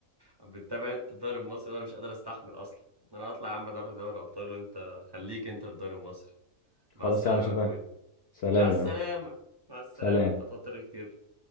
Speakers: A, on the right; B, on the left.
A: بتتابع انت الدوري المصري وانا مش قادر استحمل اصلا انا هطلع يا عم ادرب دوري ابطال وانت خليك انت في الدوري المصري
B: خلاص
A: مع السلامة
B: يا عم شوف
A: يا أخويا
B: أنا. سلام
A: مع السلامة
B: يا عم
A: مع السلامة
B: سلام
A: أنت هتضطر كتير